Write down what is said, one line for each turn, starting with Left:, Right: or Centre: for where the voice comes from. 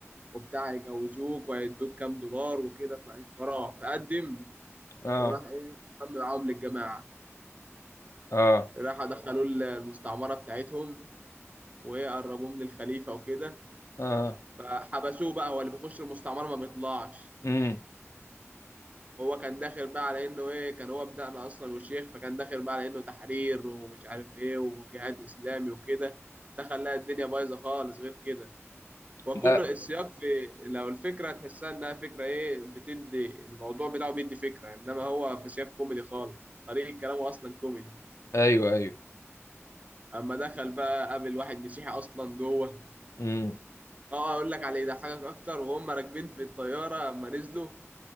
Right: وبتاع يجوزوك وهيدوك كام دولار وكده ف- فراح فقدم
Left: اه
Right: وراح ايه انضم معاهم للجماعة
Left: اه
Right: راح دخلوه ال- المستعمرة بتاعتهم وقربوه من الخليفة وكده
Left: اه
Right: فحبسوه بقى هو اللي بيخش المستعمرة ما بيطلعش
Left: امم
Right: هو كان داخل بقى على انه ايه كان هو بدأنا اصلا والشيخ فكان داخل بقى على انه تحرير ومش عارف ايه وجهاد اسلامي وكده دخل لقى الدنيا بايظه خالص غير كده وكل
Left: لا
Right: السياق في لو الفكره تحسها انها فكره ايه بتدي الموضوع بتاعه بيدي فكره انما هو في سياق كوميدي خالص طريقه كلامه اصلا كوميدي
Left: ايوه ايوه
Right: اما دخل بقى قابل واحد مسيحي اصلا جوه
Left: امم
Right: اه اقول لك على اللي يضحكك اكتر وهم راكبين في الطياره اما نزلوا